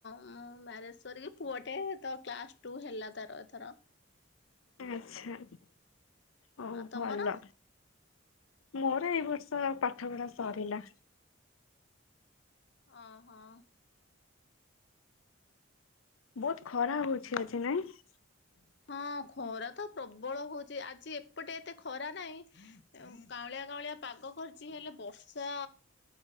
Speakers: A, on the left (about 55°); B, on the left (about 75°).
A: ମୁଁ ମ୍ୟାରେଜ୍ ସରିକି ପୁଅ ଟେ ତ କ୍ଲାସ ଟୁ ହେଲା ତାର ଏଥର।
B: ଆଚ୍ଛା ହୋଉ
A: ଆଉ ତମର?
B: ଭଲ। ମୋର ଏଇ ବର୍ଷ ପାଠ ପଢା ସରିଲା।
A: ଓ ହଁ।
B: ବହୁତ ଖରା ହଉଛି ଆଜି ନାଇଁ?
A: ହଁ ଖରା ତ ପ୍ରବଳ ହଉଛି ଆଜି ଏପଟେ ଏତେ ଖରା ନାହିଁ। ଏ ଉଁ, କାଉଁଳିଆ କାଉଁଳିଆ ପାଗ କରିଚି, ହେଲେ ବର୍ଷା